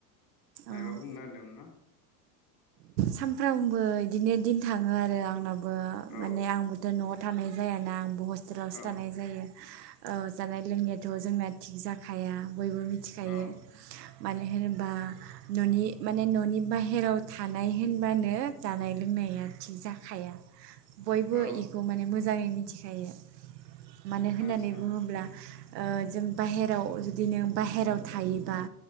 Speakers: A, on the left (about 45°); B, on the right (about 75°).
A: मायबा
B: औ
A: बुंनो नागिरदोंमोन ना
B: सानफ्रामबो बिदिनो दिन थाङो आरो आंना आंबो
A: औ
B: माने आंबोथ' न'आव थानाय जायाना आंबो हस्तेल टेलावसो
A: औ
B: थानाय जायो। औ जानाय लोंनाय थ' जोंना थिग जाखाया। बयबो मिथिखायो।
A: औ
B: मानो होनोबा न'नि माने न'नि बाहेराव था नाय होनबानो जानाय लोंनाया थि जाखाया। बयबो
A: औ
B: इखौ माने मोजां जाङै मिथिखायो। मानो होननानै
A: आदसा
B: बुङोब्ला ओ जों बाहेरायाव जुदि नों बाहेरायाव थायोबा